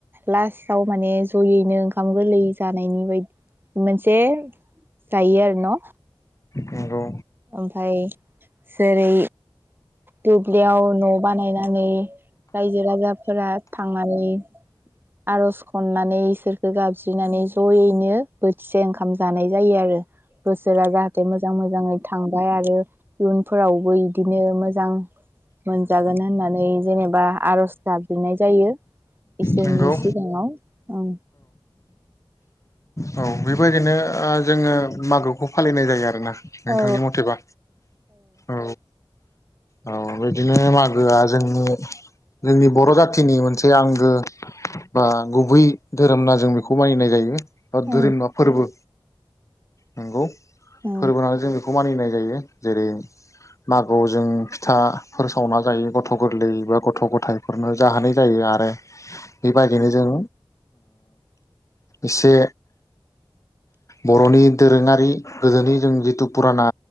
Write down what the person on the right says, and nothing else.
लास्टाव माने जयैनो ओंखाम गोरलै जानायनि बायदि मोनसे जायो आरो न'?
ओमफाय जेरै दुब्लियाव न' बानायनानै रायजो राजाफोरा थांनानै आर'ज खननानै इसोरखौ गाबज्रिनानै जयैनो बोथिसे ओंखाम जानाय जायो आरो बोसोरा जाहाथे मोजां मोजाङै थांबाय आरो इयुनफोरावबो इदिनो मोजां मोनजागोन होननानै जेनेबा आर'ज गाबज्रिनाय जायो। जोंनि
सिगाङाव औ।
औ
औ
औ